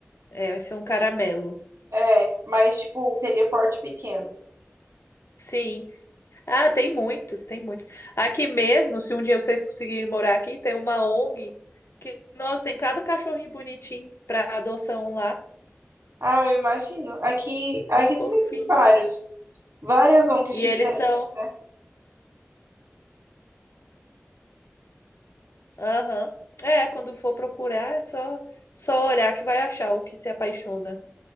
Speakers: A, on the left; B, on the right.
A: É, vai ser um caramelo.
B: É, mas tipo, queria porte pequeno.
A: Sim. Ah, tem muitos, tem muitos. Aqui mesmo, se um dia vocês conseguirem morar aqui, tem uma ONG que, nossa, tem cada cachorrinho bonitinho pra adoção lá.
B: Ah, eu imagino. Aqui, aqui
A: Tão fofinho.
B: também tem vários, várias ONGs
A: E
B: diferentes,
A: eles são.
B: né?
A: Aham. É, quando for procurar, é só, só olhar que vai achar o que se apaixona